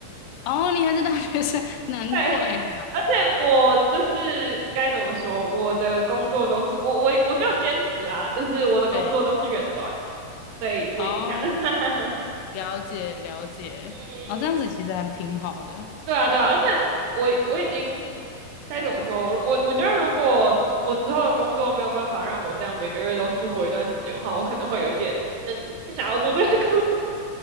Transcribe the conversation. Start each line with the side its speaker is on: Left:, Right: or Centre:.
Left: 哦，你还是大学生，<laughs> 难怪啦。
Right: 对，而且我就是该怎么说，我的工作都是我我我就兼职啦，就是我的工作都是远端，
Left: 对，
Right: 所以不影响。
Left: 哦，
Right: <laughs>
Left: 了解了解。
Right: 嗯，
Left: 哦，这样子其实还挺好的。
Right: 对啊对啊，而且我我已经该怎么说，我我我觉得如果我之后的工作没有办法让我这样每个月都出国一段时间的话，我可能会有一点嗯不想要做这个工作，